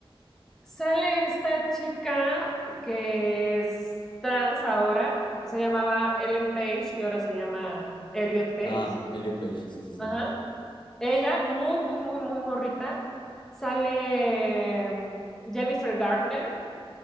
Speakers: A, in the centre; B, on the left.
A: Sale esta chica que es trans ahora, se llamaba Ellen Page y ahora se llama Elliot Page.
B: Ah, Elliot Page, sí, sí, sí.
A: Ajá. Ella, muy, muy, muy, muy morrita. Sale mm, Jennifer Garner